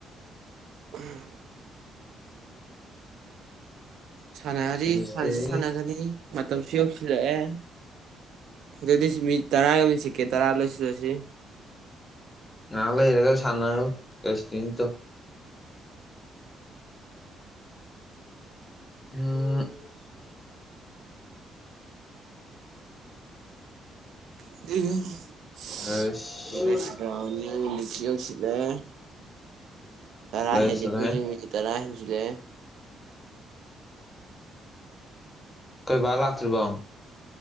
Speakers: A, on the right (about 75°); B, on the left (about 20°).
A: ꯑꯍꯝ ꯁꯥꯟꯅꯔꯤ
B: ꯀꯦꯂꯤꯁꯇꯦꯅꯤꯛ
A: ꯁꯥꯟꯅꯁꯨ ꯁꯥꯟꯅꯒꯅꯤ ꯃꯇꯝꯁꯨ ꯌꯧꯁꯤꯜꯂꯛꯑꯦ ꯑꯗꯨꯗꯤ ꯁꯤꯃꯤ ꯇꯔꯥ <unintelligible> ꯁꯦꯀꯦꯟ ꯇꯔꯥ ꯂꯣꯏꯁꯤꯜꯂꯁꯤ
B: ꯉꯥꯏꯍꯥꯛ ꯂꯩꯔꯒ ꯁꯥꯟꯅꯔꯨ ꯀꯦꯁꯇꯤꯡꯇꯣ ꯎꯝ
A: <unintelligible>
B: ꯑꯁ ꯆꯠꯂꯦ
A: ꯇꯔꯥ ꯍꯦꯜꯂꯤ
B: ꯆꯠꯂꯦ
A: ꯑꯩꯈꯣꯢꯁꯦ ꯃꯤꯅꯤꯠ ꯇꯔꯥ ꯍꯦꯟꯖꯤꯜ ꯂꯛꯑꯦ
B: ꯑꯩꯈꯣꯢ ꯕꯥ ꯂꯥꯛꯇ꯭ꯔꯤꯕꯣ